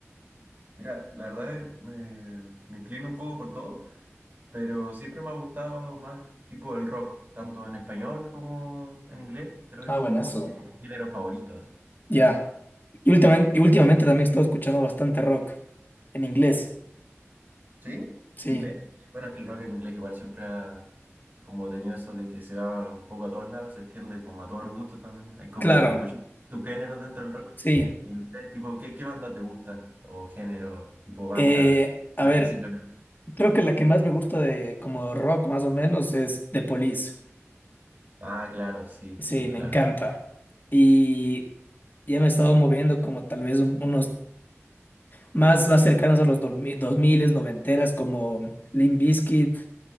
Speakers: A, on the right; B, on the left.
A: Mira, la verdad eh, me, me inclino un poco por todo, pero siempre me ha gustado más tipo el rock, tanto en español como en inglés. Creo que
B: Ah,
A: es como
B: buenazo.
A: mi género favorito.
B: Ya. Y últimamente, y últimamente también he estado escuchando bastante rock en inglés.
A: ¿Sí?
B: Sí,
A: ¿Inglés? Bueno, es que el rock en inglés igual siempre ha como tenido eso de que se va un poco a todos lados, se extiende como a todos los gustos también. Hay como
B: claro,
A: muchos subgéneros dentro del rock.
B: sí.
A: Y no sé, tipo, ¿qué, qué banda te gusta? O género, tipo banda
B: Eh, a
A: más
B: ver,
A: específicamente.
B: creo que la que más me gusta de como rock más o menos es The Police.
A: Ah, claro, sí,
B: Sí,
A: sí,
B: me
A: claro.
B: encanta. Y ya me he estado moviendo como tal vez un- unos más, más cercanos a los 2000, noventeras como Limp Bizkit.